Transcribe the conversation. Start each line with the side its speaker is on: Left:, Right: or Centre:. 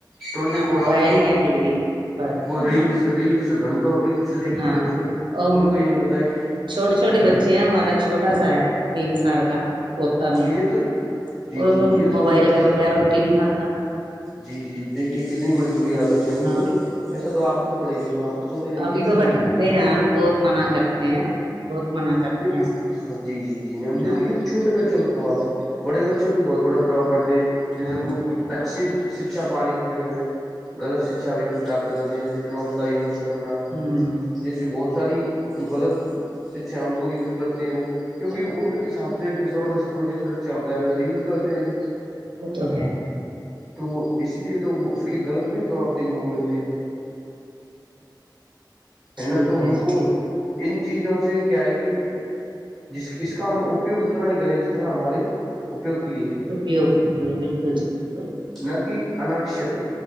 Centre: ٹوینٹی
Right: یا
Centre: فور
Right: موبائل
Centre: اورس
Right: یا ٹی وی بس دونوں
Centre: ریلس ریلس گھنٹے ریل سے دیکھتے
Right: ہاں
Centre: رہتے ہیں
Right: اور
Centre: ان کو یہ نہیں پتا کہ
Right: چھوٹے چھوٹے
Centre: ان
Right: بچے ہیں ہمارا چھوٹا سا ہے تین سال کا پوتا میرا
Centre: یہ تو جی
Right: وہ
Centre: جی
Right: وہ
Centre: یہ تو
Right: موبائل
Centre: چھوٹا
Right: کے
Centre: سا
Right: بغیر
Centre: ہے
Right: روٹی نہیں کھاتا
Centre: جی جی دیکھیے کتنی بڑی بری عادت ہے ان
Right: ہاں
Centre: کو تو ایسا تو آپ تو پڑے لیک آپ تو کوتے یہ
Right: ابھی تو
Centre: چیز
Right: ہٹاتے ہیں ہم بہت منع کرتے ہیں بہت منع کرتے
Centre: ج
Right: ہیں ہم
Centre: ہاں جی جی جی
Right: ہاں جی
Centre: یہ چھوٹے بچوں پر پرباؤ ہے بڑے بچوں پرہ بھی بہت بڑا پرباؤ پڑتے ہیں جیسے
Right: ہاں
Centre: وہ
Right: جی
Centre: اچھی شکچھا پانے کی جگہ پہ غلط شکچھا بھی پراپت کرتے ہیں جیسے کروم کا یوز کرنا
Right: ہوں
Centre: جیسیے بہت ساری جو غلط شکشا ہے ان کو یوز کرتے ہیں وہ ا عمر کے حساب سے کشور و بچتا م جی سا بچہ ہوتا ہے بس یوز کرتے ہیں پ
Right: وہ تو ہے
Centre: تو اسی لیے تو وہ اس کے غلط بھی پرباؤ دیکھنے کو ملتے ہیں ہے
Right: ٹھیک
Centre: نا تو ہم
Right: جی
Centre: کو
Right: ٹھیک
Centre: ان چیزوں سے کیا آئے گی جس اس کا ہم اپیوگ اتنا ہی کریں جتنا ہمارے اپیوگ کے لیے
Right: ا بھیی اوک لی ہے بالکل جی بالکل
Centre: نہ کہ اناوشک